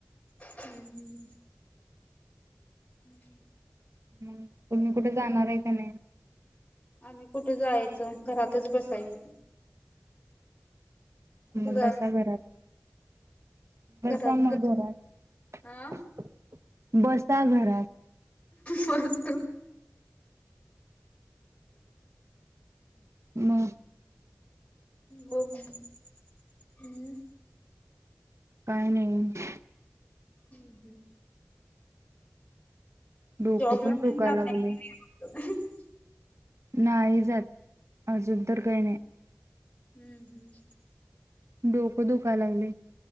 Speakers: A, on the left (about 20°); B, on the right (about 65°).
A: हम्म हम्म हम्म.
B: हम्म तुमी कुठं जाणार हाय काय नाय.
A: आम्ही कुठे जायचं घरातच बसायचं. कुठे
B: हम्म मं
A: जाय
B: बसा घरात. बसा
A: घरात
B: मग घरात.
A: आ
B: बसता घरात.
A: मस्त.
B: मं.
A: बघू हम्म.
B: काही नाही.
A: हम्म हम्म.
B: डोकं
A: जॉब ला
B: दुखायला
A: पण जाता
B: लागले
A: <unintelligible>
B: नाही जात अजून तर काय नाही.
A: हम्म हम्म.
B: डोकं दुखाय लागलयं.